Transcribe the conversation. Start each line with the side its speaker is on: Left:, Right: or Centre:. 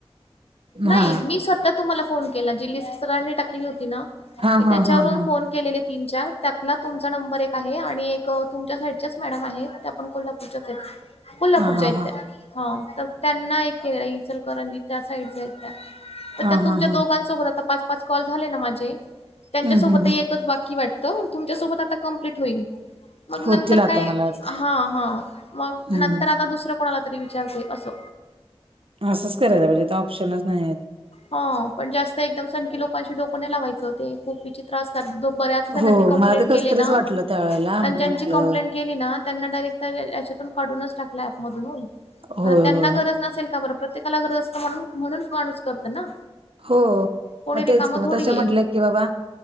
Left: नाही
Right: हा
Left: मी स्वतः तुम्हाला फोन केला जी लिस्ट सरांनी टाकली होती ना
Right: हा
Left: मी
Right: हा
Left: त्याच्यावरून
Right: हा हा
Left: फोन केलेले तीन चार त्यातन तुमचा नंबर एक आहे आणि एक तुमच्या साईडच्या मॅडम आहेत त्या पण कोल्हापूरच्या येत, कोल्हापूरच्यात
Right: हा हा हा
Left: त्या तर त्यांना एक केलेला इचलकरंजी त्या साईड आहेत त्या, तर
Right: हा
Left: त्या तुमच्या
Right: हा हा
Left: दोघांसोबत आता पाच- पाच कॉल झाले ना माझे. त्यांच्यासोबत
Right: हम्म हम्म
Left: एकच
Right: हम्म
Left: बाकी वाटतं तुमच्यासोबत आता कंप्लीट होईल. मग
Right: होतील
Left: नंतर
Right: आता
Left: काय,
Right: मला वाटतंय
Left: हा- हा मग
Right: हम्म
Left: नंतर आता दुसरं कोणाला तरी विचारते असं.
Right: असंच करायला पाहिजे आ ऑप्शनच नाही आहेत.
Left: हा, पण जास्त एकदम सनखी लोकांशी डोक नाही लावायचं ते खूप विचित्र आसतात द बऱ्या जणांनी
Right: हो
Left: कंप्लेंट
Right: मला ते कस
Left: केली
Right: तरीच
Left: ना,
Right: वाटलं त्यावेेळेला
Left: अन्
Right: मग
Left: ज्यांनी
Right: म्हंटलं
Left: कंप्लेंट केली ना त्यांना डायरेक्ट याच्यातून काढूनच टाकला ऍपमधून हो.
Right: होय
Left: आ त्यांना
Right: होय
Left: गरज नसेल का बरं प्रत्येकाला गरज असत म्हणून, म्हणूनच माणूस करत ना.
Right: हो
Left: कोणी
Right: मग
Left: रिकामं
Right: तेच कि मग
Left: थोडी
Right: तसे म्हटले.
Left: आहे.
Right: की बाबा,